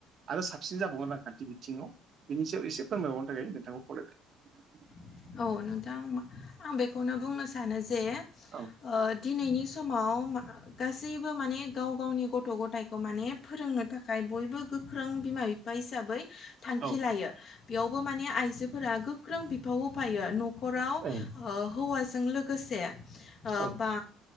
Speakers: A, on the right; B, on the left.
A: आरो साबसिन जाबावगोन आरो खान्थि बिथिङाव बिनि सायाव एसे फोरमायबावनो थाखाय नोंथांखौ खावलायबाय।
B: औ नोंथां आं बेखौनो बुंनो सानो जे ओ
A: औ
B: दिनैनि समाव मा गासैबो माने गाव गावनि गथ' गथाइखौ माने फोरोंनो थाखाय बयबो गोख्रों बिमा बिफा हिसाबै थांखि
A: औ
B: लायो। बेयावबो माने आइजोफोरा गोख्रों बिफाव होफायो न न'खराव
A: ओं
B: ओ हौवाजों लोगोसे ओ
A: औ
B: बा